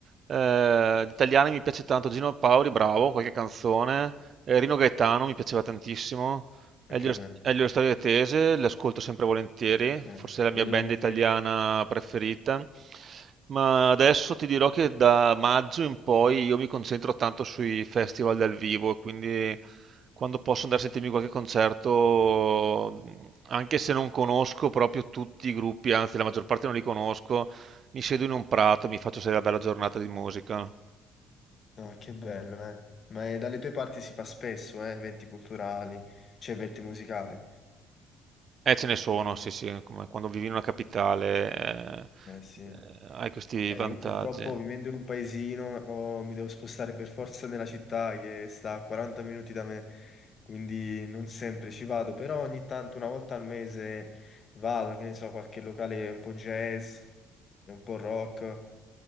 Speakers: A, on the right; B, on the left.
A: eh, gli italiani mi piace tanto, Gino Paoli, bravo, qualche canzone, eh, Rino Gaetano mi piaceva tantissimo, Elio,
B: Anche a me.
A: Elio Storia Tese, l'ascolto sempre volentieri,
B: Eh,
A: forse è la mia
B: quello
A: band
B: a me...
A: italiana preferita, ma adesso ti dirò che da maggio in poi io mi concentro tanto sui festival dal vivo, quindi... quando posso andare a sentirmi qualche concerto, mh, anche se non conosco proprio tutti i gruppi, anzi la maggior parte non li conosco, mi siedo in un prato, mi faccio sedere una bella giornata di musica.
B: No, che bello, eh. Ma eh, dalle tue parti si fa spesso, eh, eventi culturali, cioè eventi musicali.
A: Eh, ce ne sono, sì, sì, come quando vivi in una capitale, eh,
B: Eh sì.
A: eh, hai questi
B: Eh,
A: vantaggi.
B: io purtroppo vivendo in un paesino oh, mi devo spostare per forza nella città che sta a 40 minuti da me, quindi non sempre ci vado, però ogni tanto, una volta al mese, vado, che ne so, qualche locale un po' jazz, un po' rock,